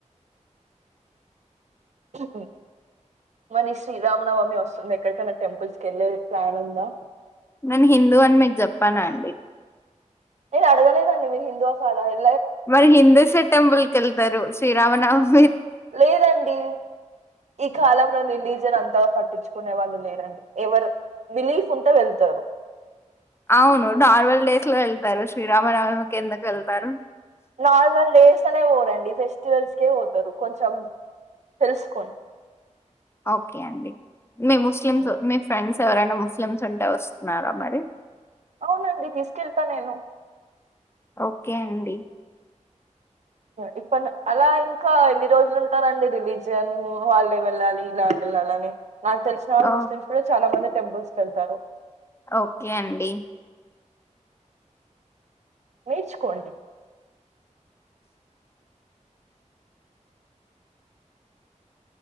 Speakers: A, on the right; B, on the left.
A: ఉ మళ్లీ శ్రీరామనవమి వస్తుంది. ఎక్కడికైనా టెంపుల్స్ కి వెళ్ళే ప్లాన్ ఉందా?
B: నేను హిందూ అని మీకు చెప్పానా అండి
A: నేను అడగలేదండి మీరు హిందు ఆ కదా అని
B: మరి హిందూస్ టెంపుల్ కి వెళ్తారు శ్రీ రామ నవమి
A: లేదండీ ఈ కాలంలో రిలీజియన్ అంతగా పట్టించు కునే వాళ్ళు లేదండి ఎవరు బిలీఫ్ ఉంటే వెళ్తారు
B: అవును నార్మల్ డేస్ లో వెళ్తారు శ్రీరామనవమి కి ఎందకు వెళ్తారు
A: నార్మల్ డేస్ డేస్ కే పోరండి ఫెస్టివల్స్కే పోతారు కొంచెం తెలుసుకోండి
B: ఓకే అండి మీ ముస్లిమ్స్
A: ఉమ్.
B: మీ ఫ్రెండ్స్ ఎవరైనా ముస్లిమ్స్ ఉంటే వస్తున్నారా మరి
A: అవునండి తీస్కెళ్తా నేను
B: ఓకే అండి
A: ఇప్పడు అలా ఇంకా ఎన్ని రోజులు ఉంటారండి రిలీజియన్ వాళ్ళే వెళ్ళాలి ఇలా వెళ్ళాలి అని నాకు తెలిసిన వారు
B: ఓ
A: ముస్లిమ్స్ కూడా చాలా మంది టెంపుల్స్ కెళ్తారు
B: ఓకే అండి
A: నేర్చుకోండి